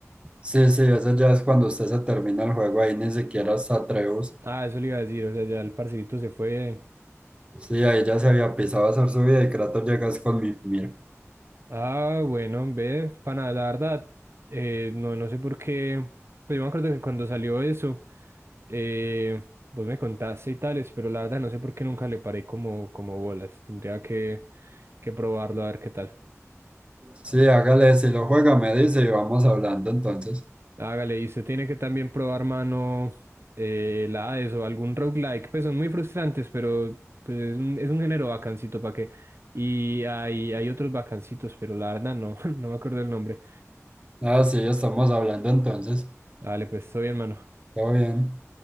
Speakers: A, on the right; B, on the right.
A: Sí, sí, eso ya es cuando usted se termina el juego, ahí ni siquiera está Atreus.
B: Ah, eso le iba a decir, o sea, ya el parcerito se fue.
A: Sí, ahí ya se había pisado a hacer su vida y Kratos llegas con Mimir.
B: Ah, bueno, ve, pana, la verdad, eh, no, no sé por qué, pues yo me acuerdo que cuando salió eso, eh, vos me contaste y tales, pero la verdad no sé por qué nunca le paré como, como bolas. Tendría que, que probarlo a ver qué tal.
A: Sí, hágale, si lo juega me dice y vamos hablando entonces.
B: Hágale, y usted tiene que también probar mano eh, la Hades o algún roguelike. Pues son muy frustrantes, pero pues es un, es un género bacancito para que. Y hay, hay otros bacancitos, pero la verdad no, <laughs> no me acuerdo el nombre.
A: Ah, sí, estamos hablando entonces.
B: Dale, pues estoy bien, mano.
A: Todo bien.